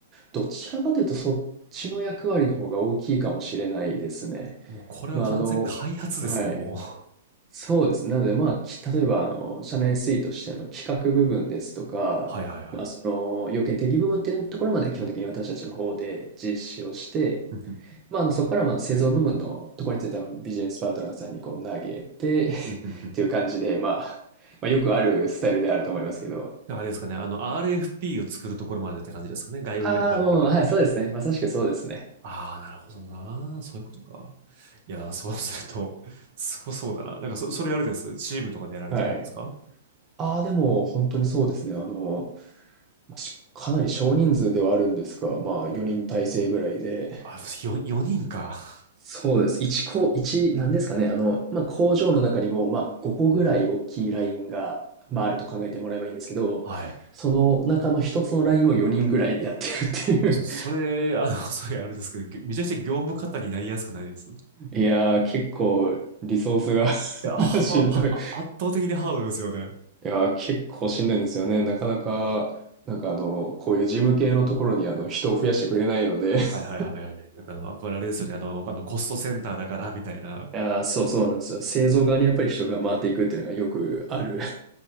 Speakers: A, on the right; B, on the right.
A: どちらかというとそっちの役割の方が大きいかもしれないですね。
B: もうこれは完全開発ですね、
A: まあ、あの、はい。
B: もう。<laughs>
A: そうですね。なので、まあ、き例えば、あの、社内 SE としての企画部分ですとか、
B: はいはいはい。
A: まあ、その、要件定義部分っていうところまで基本的に私たちの方で実施をして、
B: <laughs>
A: まあ、あの、そこからまあ製造部分のところについてはビジネスパートナーさんにこう投げて <laughs> っ
B: うんうんうん
A: ていう感じで、まあ、まあ、よくあるスタイルであると思いますけど。
B: あれですかね、あの RFP を作るところまでって感じですかね、外部ベンダーができるように。
A: ああ、まあまあまあ、はい、そうですね。まさしくそうですね。
B: ああ、なるほどな。そういうことか。いやー、そうすると、すごそうだな。なんかそ、それあれです。チームとかでやられてるんですか
A: はい。ああ、でも本当にそうですね。あの、まあしかなり少人数ではあるんですが、まあ4人体制ぐらいで、
B: あ、4、四人か。<laughs>
A: そうです。1こ、一なんですかね。あの、まあ、工場の中にも、まあ、5個ぐらい大きいラインが、まあ、あると考えてもらえばいいんですけど、
B: はい。
A: その中の一つのラインを4人ぐらいでやってるっていう。
B: ちょっとそれ、あの、<laughs> それあれですけど、めちゃくちゃ業務方になりやすくないですい
A: <laughs> いやー、結構、リソース
B: や、は、
A: が <laughs> しんどい。
B: は、圧倒的にハードですよね。
A: いやー、結構しんどいんですよね。なかなか、なんかあの、こういう事務系のところにあの、人を増やしてくれないので <laughs>
B: はいはいはいはい。なんかあの、やっぱりあれですよね。あの、あのコストセンターだから、みたいな。
A: いやー、そうそうなんですよ。製造側にやっぱり人が回っていくっていうのがよくある。